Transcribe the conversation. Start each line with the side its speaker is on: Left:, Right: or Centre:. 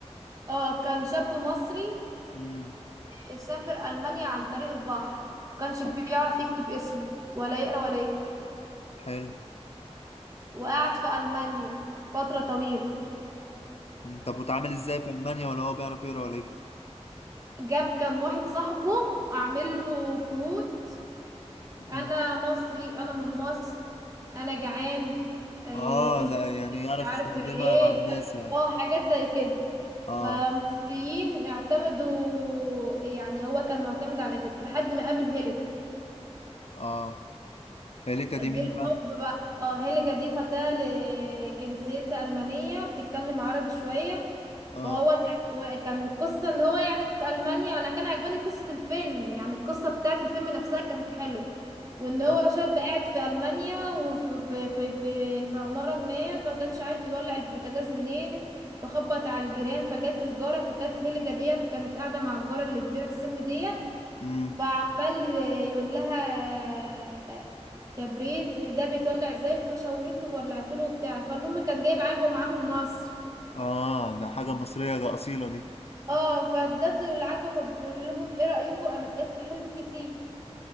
Right: اه كان شاب مصري
Left: امم
Right: آه، سافر ألمانيا عن طريق البحر كانش بيعرف
Left: آه،
Right: يكتب اسمه ولا يقرأ ولا يكتب
Left: حلو
Right: وقعد في ألمانيا فترة طويلة
Left: مم. طب وتعامل ازاي في المانيا ولا هو بيعرف يقرا ولا يكتب
Right: جاب كان واحد صاحبه اعمل له كروت
Left: مم.
Right: انا مصري انا من مصر انا جعان آه،
Left: اه
Right: ايش
Left: لا يعني
Right: مش
Left: يعرف
Right: عارفه
Left: يستخدمها
Right: ايه
Left: مع الناس يعني
Right: اه حاجات زي كده
Left: اه
Right: فالمصريين اعتمدوا يعني هو كان معتمد على كده لحد ما قابل هيلر
Left: اه هيليكا دي
Right: دي
Left: مين
Right: الحب
Left: بقى
Right: بقى اه هيلجا دي فتاة لجنسيتها ألمانية بتتكلم عربي شوية
Left: اه
Right: فهو كان كان القصة ان هو يعني في ألمانيا انا كان عجباني قصة الفيلم يعني القصة بتاعت الفيلم نفسها كانت حلو وان هو
Left: اه
Right: شاب قاعد في ألمانيا وفي في في في, في عمارة ما فكانش عارف يولع البوتاجاز منين فخبط على الجيران فجت الجارة فكانت هيلجا ديت كانت قاعدة مع الجارة اللي كبيرة في السن ديت
Left: امم
Right: فعمال يقول لها كبريت ده بيتولع ازاي فشورت له وولعت له وبتاع فالمهم كان جايب عجوه معاه من مصر
Left: اه ده حاجه مصريه ده اصيله دي
Right: اه فادته العجوه فبقول لهم ايه رايكم قامت قالت له حلو كتير